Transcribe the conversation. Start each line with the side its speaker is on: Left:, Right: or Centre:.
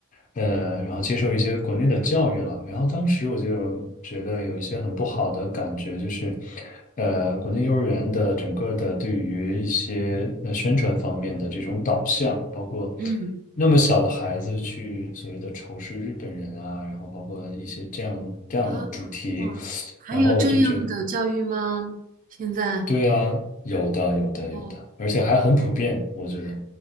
Left: 呃，然后接受一些国内的教育了。然后当时我就觉得有一些很不好的感觉，就是，呃，国内幼儿园的整个的对于一些呃宣传方面的这种导向，包括
Right: 嗯
Left: 那么小的孩子去所谓的仇视日本人啊，然后包括一些这样这样的主题，
Right: 啊，哇还有这样的教育吗？
Left: 然后我就觉
Right: 现在
Left: 对啊，有的，有的，
Right: 哦，
Left: 有的，而且还很普遍，我觉得。